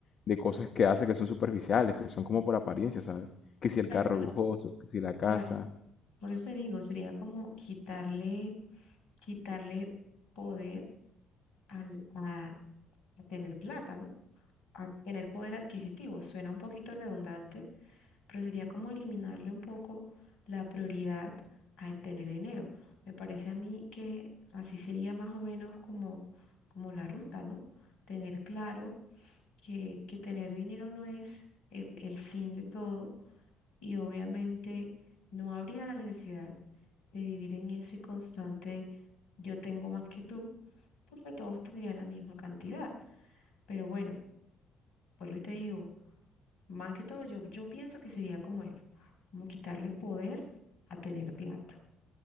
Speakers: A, on the left; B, on the left.
A: de cosas que hace que son superficiales, que son como por apariencia, ¿sabes? Que si el
B: O sea,
A: carro
B: por eso-
A: lujoso, que si la casa.
B: claro, por eso te digo, sería como quitarle, quitarle poder al- a, a tener plata, ¿no? A tener poder adquisitivo. Suena un poquito redundante, pero sería como eliminarle un poco la prioridad al tener dinero. Me parece a mí que así sería más o menos como, como la ruta, ¿no? Tener claro que, que tener dinero no es el, el fin de todo y obviamente no habría la necesidad de vivir en ese constante yo tengo más que tú, porque todos tendrían la misma cantidad. Pero bueno. Vuelvo y te digo, más que todo, yo, yo pienso que sería como eso, como quitarle poder a tener plata.